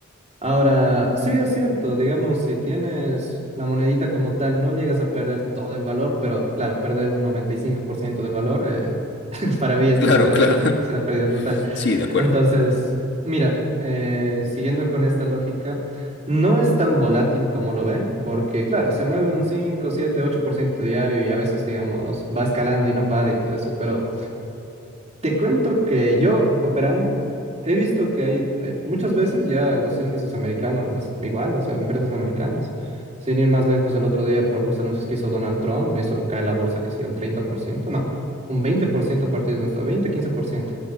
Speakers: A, on the right (about 30°); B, on the left (about 50°).
A: Ahora, sí es cierto, digamos, si tienes la monedita como tal, no llegas a perder todo el valor, pero claro, perder un 95% del valor, eh, <laughs> para mí es
B: Claro,
A: considerar
B: claro.
A: que, que es una pérdida
B: <laughs>
A: total.
B: Sí, de acuerdo.
A: Entonces, mira, eh, siguiendo con esta lógica, no es tan volátil como lo ven, porque claro, se mueve un cinco siete ocho por ciento diario y a veces, digamos, va escalando y no para y todo eso, pero te cuento que yo operando he visto que hay, hay muchas veces ya los índices americanos, las, igual, o sea, empresas americanas, sin ir más lejos el otro día por los anuncios que hizo Donald Trump, hizo caer la bolsa, que sé yo, un 30% no, un 20% a partir de donde estaba, veinte, quince por ciento